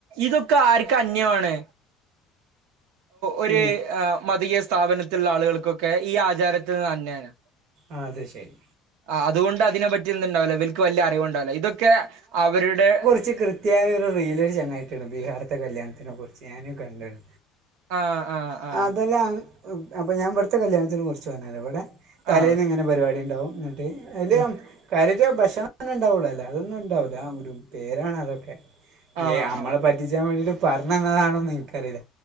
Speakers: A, on the right; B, on the right.
A: ഇതൊക്കെ ആർക്ക് അന്യമാണ് ഒരു
B: ഈ
A: ആ മദീയ സ്ഥാപനത്തിലുള്ള ആളുകൾക്കൊക്കെ ഈ ആചാരത്തിനിന്നുതന്നെയാണ്
B: ആ അതുശെരി
A: ആ അതുകൊണ്ട് അതിനെപറ്റി എന്തുണ്ടാവില്ലാ ഇവൽക്ക് വലൃ അറിവുണ്ടാവില്ലാ ഇതൊക്കെ അവരുടെ
B: ച്ച് കൃത്യമായ ഒരുറീല് ഒരു ചങ്ങായി ഇട്ടിരുന്നു ബീഹാറത്തെ കല്യാണത്തിനെക്കുറിച്ച് ഞാനും കണ്ടയാണ്
A: ആ ആ ആ
B: അതെല്ലാം അപ്പൊ ഞാൻ ഇവിടത്തെ കല്യാണത്തിനെക്കുറിച്ച് പറഞ്ഞുതരാം ഇവിടെ തലേന്നിങ്ങനെ
A: ആ
B: പരിപാടിയുണ്ടാവും എന്നിട്ട് അതില്
A: ഉം.
B: കാര്യായിട്ട് ഭക്ഷണം തന്നെയുണ്ടാവുള്ളൂ അല്ലാതൊന്നും ഉണ്ടാവില്ല ഒരു പേരാണ് അതൊക്കെ ഞമ്മളെ
A: ആ ആ
B: പറ്റിച്ചാൻ വേണ്ടിട്ട് പറഞ്ഞതന്നതാണോന്ന് എനിക്കറിയില്ല